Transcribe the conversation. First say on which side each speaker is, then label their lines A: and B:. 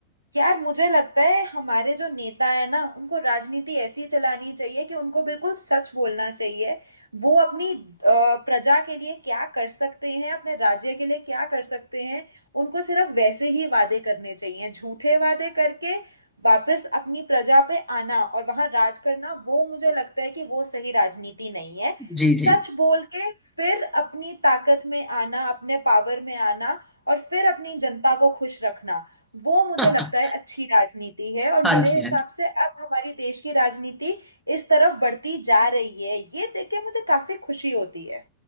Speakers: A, on the right; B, in the centre.
A: यार मुझे लगता है हमारे जो नेता है ना उनको राजनीति ऐसी चलानी चाहिए कि उनको बिल्कुल सच बोलना चाहिए वो अपनी अ, प्रजा के लिए क्या कर सकते हैं अपने राज्य के लिए क्या कर सकते हैं उनको सिर्फ वैसे ही वादे करने चाहिए झूठे वादे करके वापस अपनी प्रजा पे आना और वहां राज करना वो मुझे लगता है कि वो सही राजनीति नहीं है
B: जी
A: सच
B: जी
A: बोल के फिर अपनी ताकत में आना अपने पावर में आना और फिर अपनी जनता को खुश रखना वो मुझे
B: <laughs> हाँ
A: लगता है अच्छी राजनीति है
B: जी
A: और मेरे
B: हाँ जी
A: हिसाब से अब हमारी देश की राजनीति इस तरफ बढ़ती जा रही है ये देख के मुझे काफी खुशी होती है